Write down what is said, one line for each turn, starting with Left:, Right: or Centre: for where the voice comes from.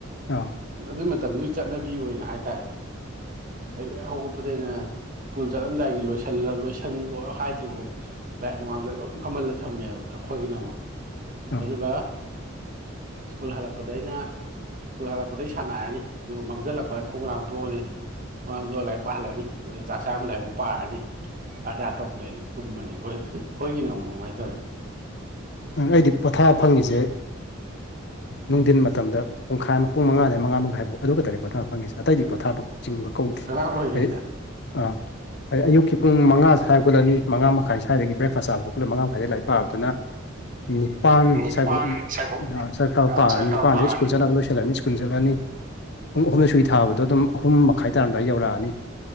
Left: ꯑ
Right: ꯑꯗꯨꯒꯤ ꯃꯇꯝꯗꯨꯒꯤ ꯆꯠꯅꯕꯤ ꯑꯣꯏꯅ ꯍꯥꯏꯇꯥꯔꯦ ꯀꯩꯨꯛ ꯍꯦꯛ ꯍꯧꯒꯠꯄꯗꯒꯤꯩꯅ ꯁ꯭ꯀꯨꯜ ꯆꯠꯂꯝꯗꯥꯏꯒꯤ ꯂ ꯂꯣꯏꯁꯤꯜꯂꯣ ꯍꯥꯏꯗ꯭ꯔꯤꯕꯣ ꯂꯥꯏꯔꯤꯛ ꯃꯃꯥꯡꯗ ꯑꯗꯨꯝ ꯐꯝꯍꯜꯂ ꯊꯝꯃꯦꯕ ꯑꯩꯈꯣꯏꯒꯤꯗꯃꯛ
Left: ꯑꯥ
Right: ꯑꯗꯨꯒ ꯁ꯭ꯀꯨꯜ ꯍꯜꯂꯛꯄꯗ ꯑꯩꯅ ꯁꯨꯜ ꯍꯜꯂꯛꯄꯗꯩ ꯁꯥꯟꯅꯔꯅꯤ ꯑꯗꯨꯒ ꯃꯝꯁꯤꯜꯂꯛꯄꯗ ꯈꯣꯡꯒ꯭ꯔꯥꯝ ꯇꯣꯛꯑꯅꯤ ꯃꯥꯡꯗꯣ ꯂꯥꯏꯔꯤꯛ ꯄꯥꯍꯜꯂꯅꯤ ꯑꯗꯨ ꯆꯥꯛ ꯆꯥꯔꯝꯗꯥꯏꯕꯨ ꯄꯥꯔꯅꯤ ꯆꯥꯛ ꯑ ꯇꯣꯛꯄꯗꯗꯤ ꯀꯨꯝꯕꯅꯦ ꯍꯣꯏꯈꯣꯏꯒꯤꯅꯣ ꯑꯃꯨꯛ ꯀꯃꯥꯏꯅ ꯇꯧꯋꯦ
Left: ꯑꯩꯗꯤ ꯄꯣꯊꯥ ꯐꯪꯉꯤꯁꯦ ꯅꯨꯡꯊꯤꯟ ꯃꯇꯝꯗ ꯄꯨꯡꯈꯥꯏ ꯄꯨꯡ ꯃꯉꯥꯗ ꯃꯉꯥ ꯃꯈꯥꯏꯐꯥꯎ ꯑꯗꯨ ꯈꯛꯇ ꯄꯣꯊꯥꯕ ꯐꯪꯉꯤꯁꯦ ꯑꯇꯩꯗꯤ ꯄꯣꯊꯥꯕꯛ ꯆꯤꯡꯕ ꯀꯧꯗꯦ
Right: ꯑꯉꯥꯡ ꯑꯣꯏꯔꯤꯉꯩꯗ
Left: ꯍꯥꯏꯗꯤ ꯑꯥ ꯍꯥꯏꯗꯤ ꯑꯌꯨꯛꯀꯤ ꯄꯨꯡ ꯃꯉꯥꯁꯦ ꯍꯥꯏꯒꯠꯂꯅꯤ ꯃꯉꯥ ꯃꯈꯥꯏ꯭ꯋꯥꯏꯗꯒꯤ ꯕ꯭ꯔꯦꯛꯐꯥꯁ ꯆꯕ ꯈꯣꯠꯄ ꯃꯉꯥ ꯃꯈꯥꯏꯗ ꯂꯥꯏ ꯄꯥꯕꯗꯨꯅ ꯅꯤꯄꯥꯟ
Right: ꯅꯤꯄꯥꯟ
Left: ꯁꯥꯏꯐꯥꯎ
Right: ꯁ꯭ꯋꯥꯏꯕꯧ
Left: ꯁ ꯈꯕ ꯄꯥꯔꯅꯤ
Right: ꯁꯔꯀꯥꯔ
Left: ꯅꯤꯄꯥꯟꯗ
Right: ꯄꯥꯔꯅꯤ
Left: ꯁ꯭ꯀꯨꯜ ꯆꯠꯂꯅꯕ ꯂꯣꯏꯁꯤꯜꯂꯅꯤ ꯁ꯭ꯀꯨꯜ ꯆꯠꯂꯅꯤ ꯄꯨꯡ ꯑꯍꯨꯝꯗ ꯁꯨꯏ ꯊꯥꯕꯗꯣ ꯑꯗꯨꯝ ꯑꯍꯨꯝ ꯃꯈꯥꯏ ꯇꯥꯔꯝꯗꯥꯏ ꯌꯧꯔꯛꯑꯅꯤ